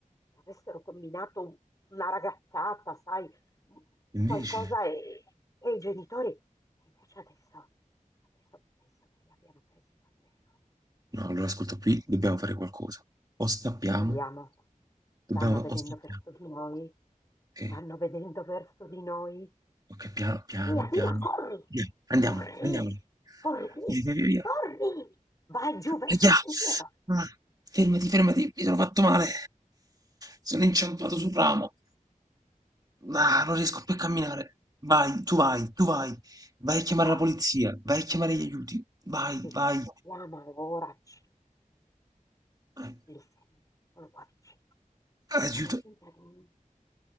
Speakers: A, on the left; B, on the right.
A: che avessero combinato un- una ragazzata, sai, un-
B: Invece,
A: qualcosa e, e i genitori. E invece adesso, adesso penso che li abbiano presi davvero.
B: no, allora ascolta qui, dobbiamo fare qualcosa. O scappiamo,
A: Andiamo.
B: dobbiamo,
A: Stanno vedendo
B: o scappiamo.
A: verso di noi.
B: Ok,
A: Stanno vedendo verso di noi.
B: ok, piano, piano,
A: Via,
B: piano.
A: via, corri!
B: Via, Andiamo,
A: Corri!
B: andiamo.
A: Corri!
B: Via, via, via. via.
A: Corri! Vai giù verso
B: Via.
A: il sentiero.
B: Ah, fermati, fermati, mi sono fatto male. Sono inciampato sul ramo. Ah, non riesco più a camminare. Vai, tu vai, tu vai. Vai a chiamare
A: No,
B: la polizia, vai a chiamare gli aiuti. Vai,
A: ci
B: vai.
A: sentiamo ora. ci-
B: vai.
A: Li sento, sono qua vicino. Facciamo
B: Aiuto.
A: finta di...